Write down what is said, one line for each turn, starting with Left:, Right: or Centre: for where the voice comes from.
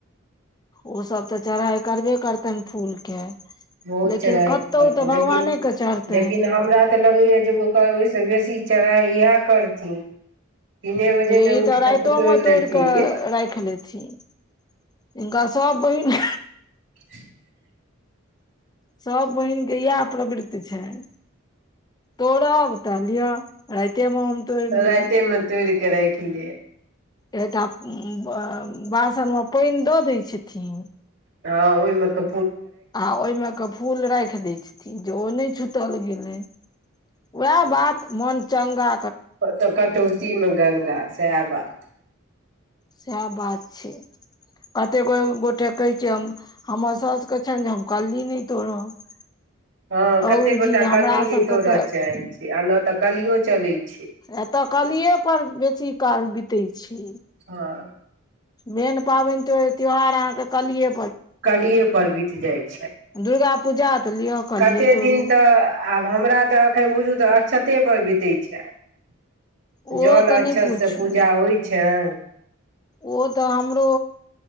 Left: ओ सब तऽ चढ़ाई करबे करतनि फूल के।
Right: बहुत
Left: लेकिन
Right: चर्हाइ
Left: कतौ
Right: करतनि
Left: तऽ भगवाने
Right: लेकिन
Left: के चढ़तनि
Right: लेकिन हमरा तऽ लगैए जे ओकर ओहिसँ बेसी चर्हाइ यैह करथिन। तीने बजे
Left: ई
Right: ने उठि
Left: तऽ राइतो
Right: कऽ
Left: मे तोड़ि
Right: लेथिन
Left: कऽ राखि लेथिन। हिनका सभ बहिन
Right: <unintelligible>
Left: सभ बहिन के यैह प्रवृति छैन। तोड़ब तऽ लिअ राइतेमे हम तोड़ि लेब।
Right: राइते मे तोड़ि के राइख ले
Left: एकटा ब बासनमे पानि दऽ दै छथिन।
Right: हँ ओहि मे कऽ
Left: आ ओइमे कऽ फूल राखि दै छथिन्ह, जे ओ नै छूतल गेलै। वैह बात मन चङ्गा
Right: तऽ कटौतीमे गङ्गा सैह बात-
Left: सैह बात छै‌ कतेक गो गोटे कहै छै हम हमर सौस के छनि जे हम कल्ली नहि तोड़ब।
Right: हँ कते
Left: औ
Right: गोटा
Left: जी हमरा
Right: कल्ली नहि
Left: सबके
Right: तोड़ऽ
Left: तऽ
Right: चाहै छै। आ ने तऽ कलियो चलै छै।
Left: एतऽ कलिए पर बेसी काल बितै छी।
Right: हँ
Left: मेन पाबनि तो त्यौहार अहाँके कलिए
Right: कलिए पर बित जाइ छै।
Left: दुर्गा पूजा तऽ लिअ कलिये
Right: कतेक
Left: तोड़ू
Right: दिन तऽ आब हमरा तऽ एखन बुझू तऽ अक्षत ते पर बितै छनि।
Left: ओ
Right: जल
Left: तऽ
Right: अक्षत
Left: नहि पूछू
Right: से पूजा होइ छनि‌।
Left: ओ तऽ हमरो